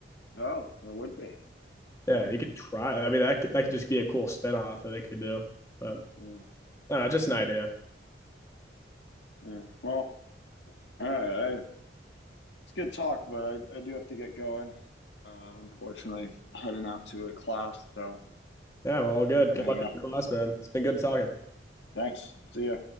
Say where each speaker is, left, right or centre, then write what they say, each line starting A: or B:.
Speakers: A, on the left; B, on the left.
A: oh it would be
B: Yeah,
A: yeah
B: you could try. I mean, that could, that could just be a cool spinoff that they could do. But
A: yeah,
B: I don't know, just an idea.
A: yeah. well all right I It's good talk, but I, I do have to get going. Um, unfortunately, heading out to a class, so
B: Yeah, well, all good.
A: I gotta
B: Good
A: hang
B: luck in
A: up.
B: your class, man. It's been good talking.
A: Thanks. See ya.